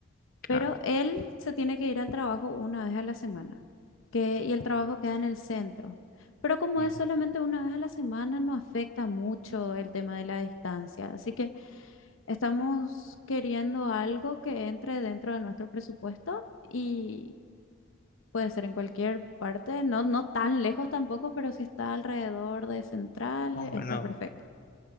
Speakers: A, on the left; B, on the left.
A: Pero
B: Claro.
A: él se tiene que ir al trabajo una vez a la semana, que, y el trabajo queda en el centro. Pero como
B: ujú.
A: es solamente una vez a la semana, no afecta mucho el tema de la distancia. Así que estamos queriendo algo que entre dentro de nuestro presupuesto y puede ser en cualquier parte, no, no tan lejos tampoco, pero si está alrededor de Central,
B: Más o menos.
A: está perfecto.